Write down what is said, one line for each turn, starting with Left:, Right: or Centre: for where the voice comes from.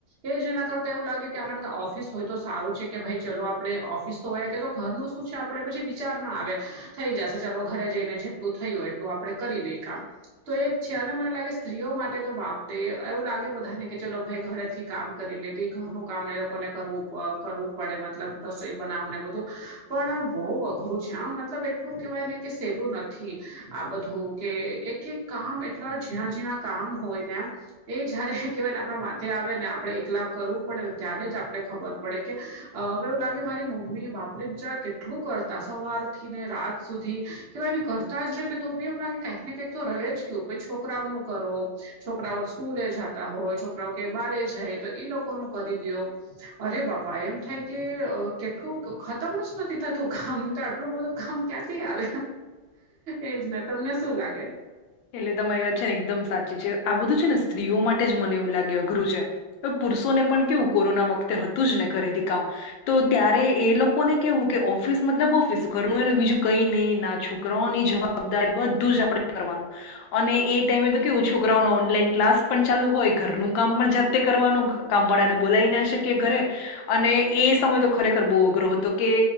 Right: એ જ એના કરતા એવું લાગે કે આના કરતા ઓફિસ હોય તો સારું છે કે કે ભાઈ ચલો આપડે ઓફિસ તો હોય કે તો ઘરનું શું છે આપડે પછી વિચાર ના આવે. થઈ જશે ચાલો. ઘરે જઈને જેટલું થયું એટલું આપડે કરી લઈએ કામ. તો એ જ છે. અને મને લાગે સ્ત્રીઓ માટે તો, બાપરે.. એવું લાગે બધાને કે ચલો ભાઈ ઘરેથી કામ કરી લેતી. ઘરનું કામ એ લોકોને કરવું અ કરવું પડે મતલબ રસોઈ બનાવો ને બધું. પણ બહુ અઘરું છે આ હો મતલબ એટલું કેહેવાય ને કે સેલું નથ થી આ બધું. કે એક એક કામ એટલા ઝીણા ઝીણા કામ હોય ને આમ એ જયારે કેહેવાય ને આપણા માથે આવે ને આપડે એકલા કરવું પડેને ત્યારે જ આપણે ખબર પડે કે, હવે એવું લાગે. મારી મમ્મી બાપરી બીજા કેટલું કરતા સવારથી ને રાત સુધી કેહવાય ને ઘર કાલ જેને તો બી એમ લાગે કંઈક ને કઈક તો રહે જ કયું છોકરાઓ નું કરો છોકરાઓ સ્કૂલે જાય. તા હોય છોકરાઓ કે બારે જાય તો એ લોકો નું કરી દો અરે બાબા એમ થાય. કે અ કેટલું ખતમ જ નથી થતું કામ તો આટલું બધું કામ ક્યાંથી આવે. એજ ને તમને શું લાગે.
Left: એટલે તમારી વાત છે ને એકદમ સાચી છે આ બધું છે ને સ્ત્રીઓ માટે જ મને એવું લાગે અઘરું છે. પુરુષોને પણ કેવું કોરોના વખતે હતું જ ને ઘરેથી કામ તો ત્યારે એ લોકોને કેવું. કે ઓફિસ મતલબ ઓફિસ. ઘરનું એ ને બીજું કઈ નહી ના છોકરાઓની જવાબદારી બધું જ આપડે કરવાનું. અને એ ટાઈમે તો કેવું છોકરાઓનો ઓનલાઈન ક્લાસ પણ ચાલુ હોય ઘરનું કામ પણ જાતે કરવાનું. કામવાળા ને બોલાવી ના શકીએ ઘરે અને એ સમયે તો ખરેખર બહુ અઘ્રરૂ હતુ કે.